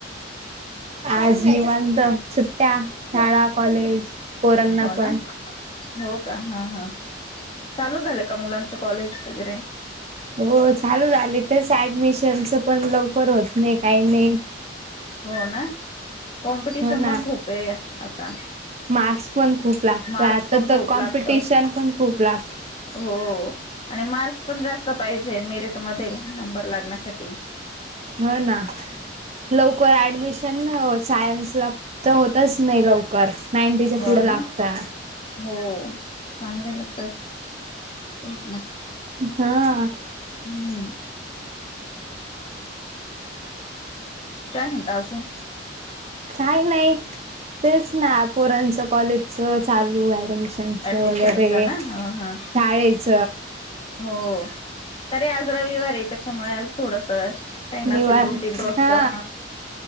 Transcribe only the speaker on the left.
हो
ना हो का हा हा चालू झालं का मुलांचं कॉलेज वगैरे
हो ना कॉम्पिटिशन
पण खूप आहे आता.
मार्क्स
पण
खूप
लागत
हो आणि मार्क्स पण जास्त पाहिजे मेरिट मध्ये लग्नासाठी
हो
ना
हो चांगले मग तर तेच ना.
हम्म. काय म्हणता अजून?
ऍडमिशनच
ना ह हा
हो तरी आज रविवार ये त्याच्यामुळे आज थोडस काही नसेल
रुटीन रोजच